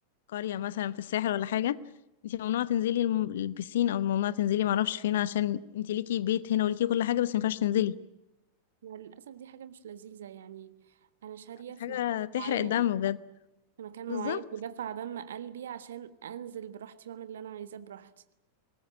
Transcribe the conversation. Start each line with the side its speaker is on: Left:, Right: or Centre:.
Left: قرية مثلا في الساحل ولا حاجة انت ممنوعة تنزلي الم- البسين او ممنوعة تنزلي معرفش فين عشان انت ليكي بيت هنا وليكي كل حاجة بس مينفعش تنزلي
Right: مع للأسف دي حاجة مش لذيذة يعني أنا شارية
Left: كانت
Right: في
Left: حاجة
Right: مكان
Left: تحرق
Right: معين
Left: الدم بجد
Right: في مكان
Left: بالظبط
Right: معين بدفع دم قلبي عشان أنزل براحتي وأعمل اللي أنا عايزاه براحتي